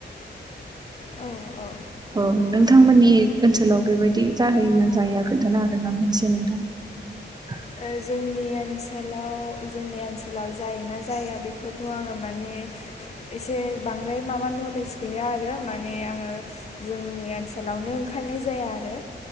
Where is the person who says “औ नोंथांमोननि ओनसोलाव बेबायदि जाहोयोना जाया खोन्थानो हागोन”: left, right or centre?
Right